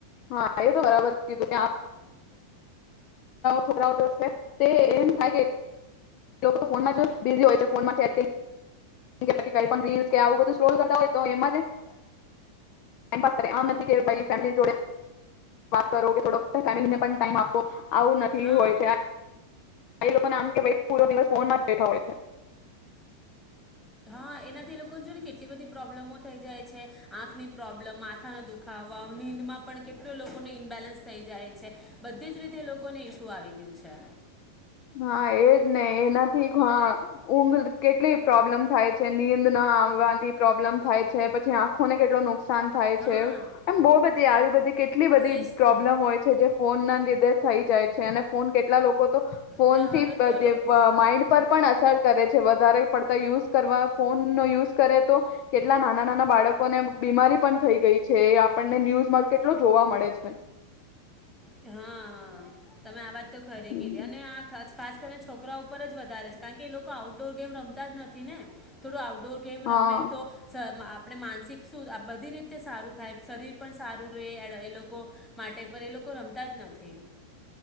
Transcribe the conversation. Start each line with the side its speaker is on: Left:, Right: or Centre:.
Left: હા તો બરાબર કીધું છોકરા તે એમ થાય કે એ લોકો ફોનમાં બિઝી હોય છે ફોન માં ચેટ જીપીટી કઈ પણ રીલસ કે આવું બધું સક્રોલ કરતા હોય તો એમાં જે ટાઈમ પા કરે આમ નથી કે ભ ફેમિલી જોડે વાત કરો કેોડ ફેમિલીને પણ ટાઈમ આપો આવું નથી
Centre: હા
Left: હોય છે કઈ લોકોને આમ કે ભાઈ પૂરો દિવસ ફોનમાં જ બેઠા હોય છે.
Centre: હા એનાથી એ લોકોને જો ને કેટલી બધી પ્રોબ્લેમો થઈ જાય છે આંખની પ્રોબ્લમ માથાના દુખાવા નીંદમાં પણ કેટલો લોકોને ઇનબેલેન્સ થઈ જાય છે બધી જ રીતે એ લોકોને ઇશ્યુ આવી ગયું છે.
Left: હા એજ ને એનાથી હ ઊંઘ કેટલી પ્રોબ્લેમ થાય છે નીંદ ના આવવાની પ્રોબ્લેમ થાય છે પછી આંખોને કેટું નુકસાન નુકસાન
Centre: હા
Left: થાય છે એમ બહુ બધી આવી બધી કેટલી બધી
Centre: એ જ તો
Left: પ્રોબ્લેમ હોય છે જે ફોનના લીધે થઈ જાય છે અને ફોન કેટલા લોકો તો ફોનથી
Centre: ને હવે
Left: પધે
Centre: તો લો-
Left: પ
Centre: આ-
Left: માઈન્ડ પર
Centre: આ-
Left: પણ અસર કરે છે વધારે પડતા યુઝ કરવા ફોનનો યુઝ કરે તો કેટલા નાના નાના બાળકોને બ બીમારી પન થઈ ગઈ છે એ આપણને ન્યૂઝમાં કેટલો જોવા મળે છે.
Centre: કે હા, તમે આવાજ તો ખરી
Left: હમ
Centre: કીધી અને આ ખછ ખાસ કરીન છોકરાઓ ઉપર જ વધારે છ, કારણ કે એ લોકો આઉટડોર ગેમ રમતા જ નથી ને? થોડું આઉટ ડોર ગેમ
Left: હા
Centre: રમેતો સ માઆપ આપડે માનસિક શું ર આ બધી રીતે સારું થાય. શરીર પન સારું રેહ એડ એ લોકો માટે પર એ લોકો રમ તજ નથી.